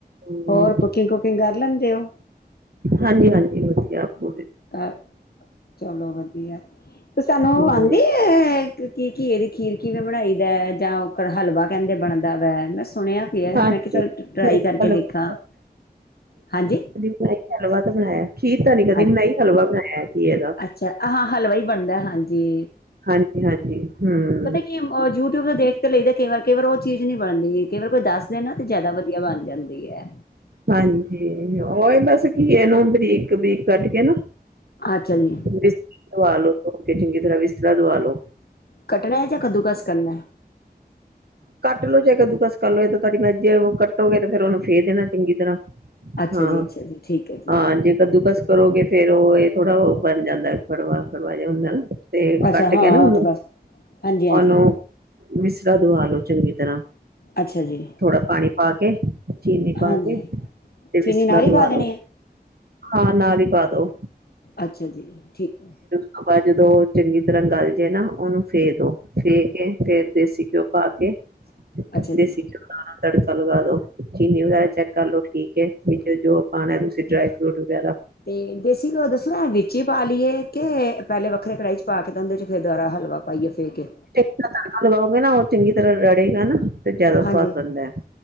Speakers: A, on the right; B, on the left.
A: ਹੂੰ,
B: ਹੋਰ ਕੁਕਿੰਗ ਕੁਕਿੰਗ ਕਰ ਲੈਂਦੇ ਹੋ।
A: ਹਾਂਜੀ ਹਾਂਜੀ ਵਧੀਆ ਆਪੂ।
B: ਘ ਚਲੋ ਵਧੀਆ ਤੇ ਸਾਨੂੰ
A: ਹੂੰ।
B: ਆਉਂਦੇ ਆ ਇੱਕ ਕੀ ਘੀ ਏ ਦੀ ਖੀਰ ਕਿਵੇਂ ਬਣਾਈ ਦਾ ਜਾਂ ਉਹਨੂੰ ਹਲਵਾ ਕਹਿੰਦੇ ਬਣਦਾ ਵ ਮੈਂ ਸੁਣਿਆ।
A: ਹਾਂਜੀ।
B: ਮੈਂ ਕਿਹਾ ਚ ਟਰਾਈ ਕਰਕੇ
A: ਹਲਵਾ
B: ਦੇਖਾ ਹਾਂਜੀ।
A: ਬਈ ਹਲਵਾ ਤਾਂ ਬਣਾਇਆ ਖੀਰ ਤਾਂ ਨੀ ਕਦੀ
B: ਅੱਛਾ।
A: ਬਨਾਈ ਹਲਵਾ ਬਣਾਇਆ ਕੀ ਘੀਏ ਇਹਦਾ।
B: ਅੱਛਾ ਹਾਂ ਹਲਵਾ ਈ ਬਣਦਾ ਹਾਂਜੀ।
A: ਹਾਂਜੀ ਹਾਂਜੀ। ਹੂੰ
B: ਪਤਾ ਕੀ ਏ ਓ ਮ, ਜਿਊਟਿਊਬ ਦੇ ਦੇਖ ਤੇ ਲਈ ਦਾ ਕਈ ਵਾਰ ਕਈ ਵਾਰ ਓ ਚੀਜ ਨੀ ਬਾਣਦੀ ਕਈ ਵਾਰ ਕੋਈ ਦਾੱਸ ਨਾ ਤੇ ਜਾਦਾ ਵਦੀਆ ਬਾਣ ਜਾਂਦੀ ਐ।
A: ਹਾਂਜੀ, ਓ ਈ ਬਸ ਕੀ ਏਨੂੰ ਬਰੀਕ-ਬਰੀਕ ਕਾੱਟ ਕੇ ਨਾ
B: ਆੱਛਾ ਜੀ।
A: <unintelligible> ਖੋਲ ਕੇ ਚੰਗੀ ਤਰਾ ਵਿਸਲਾ ਦਵਾ ਲੋ।
B: ਕੱਟਣਾ ਐ ਜਾਂ ਕੱਦੂਕਸ ਕਰਨਾ ਐ?
A: ਕਾੱਟ ਲੋ ਜੇ ਕੱਦੂ ਕਸ ਕਰ ਲੋੋ, ਏ ਤੇ ਤੁਆਡੀ ਮਾਰਜੀ ਆ ਕੱਟੋਗੇ ਤੇ ਫੇਰ ਓਨੂੰ ਫੇ ਦੇਣਾ ਚੰਗੀ ਤਰਾਂ।
B: ਅੱਛਾ
A: ਹਾਂ,
B: ਜੀ ਅੱਛਾ ਜੀ ਠੀਕ ਹੈ ਜੀ
A: ਹਾਂ ਜੇ ਕੱਦੂਕਸ ਕਰੋਗੇ ਫੇਰ ਓ ਏ ਥੋੜਾ ਓ ਬਾਨ ਜਾਂਦੈ। ਕੜਵਾ-ਕਰਵਾ ਜਾ ਹੁੰਦੈ ਨਾ ਤੇ
B: ਅੱਛਾ
A: ਕਾੱਟ
B: ਹਾਂ
A: ਕੇ ਨਾ
B: ਉਹ
A: ਓਨੂੰ,
B: ਤਾਂ ਬਸ ਹਾਂਜੀ ਹਾਂਜੀ
A: ਓਨੂੰ ਵਿਸਲਾ ਦਵਾ ਲੋ ਚੰਗੀ ਤਰਾਂ।
B: ਅੱਛਾ ਜੀ।
A: ਥੋੜਾ ਪਾਣੀ ਪਾ ਕੇ, ਚੀਨੀ ਪਾ
B: ਹਾਂਜੀ
A: ਕੇ ਤੇ
B: ਚੀਨੀ
A: ਵਿਸਲਾ
B: ਨਾਲ ਹੀ
A: ਦਵਾ
B: ਪਾ
A: ਲੋੋ।
B: ਦੇਣੀ ਹੈ
A: ਹਾਂ, ਨਾਲ ਈ ਪਾ ਦੋ।
B: ਅੱਛਾ ਜੀ, ਠੀਕ ਐ।
A: ਆਪਾਂ ਜਦੋਂ ਚੰਗੀ ਤਰਾ ਗਾਲ ਜੇ ਨਾ ਓਨੂੰ ਫੇ ਦੋ, ਫੇ ਕੇ ਫੇਰ ਦੇਸੀ ਘੇਓ ਪਾ ਕੇ
B: ਅੱਛਾ
A: ਦੇਸੀ
B: ਜੀ
A: ਘੇਓ। ਸਾਰਾ ਤੜਕਾ ਲਗਾ ਦੋ ਚੀਨੀ ਵਗੈਰਾ ਚੈੱਕ ਕਰਲੋ ਠੀਕ ਏ ਨੀ ਤੇ ਜੋ ਪਾਣੈ ਤੁਸੀਂ ਡ੍ਰਾਏ ਫ੍ਰੂਟ ਵਗੈਰਾ
B: ਤੇ ਦੇਸੀ ਘੇਓ ਦੱਸਣਾ ਵਿੱਚ ਈ ਪਾ ਲੀਏ ਕੇ, ਪੈਲੇ ਵੱਖਰੇ ਕੜਾਹੀ ਚ ਪਾਕੇ ਤੇ ਓਂਦੇ ਚ ਫੇਰ ਦਬਾਰਾ ਹਲਵਾ ਪਾਈਏ ਫੇਕੇ?
A: <unintelligible> ਲਗਾਓਗੇ ਨਾ ਓ ਚੰਗੀ ਤਰਾਂ ਰੜੇਗਾ ਨਾ, ਤੇ ਓ ਜਾਦਾ ਸਵਾਦ
B: ਹਾਂਜੀ
A: ਬਨਦੈ। <inaudible>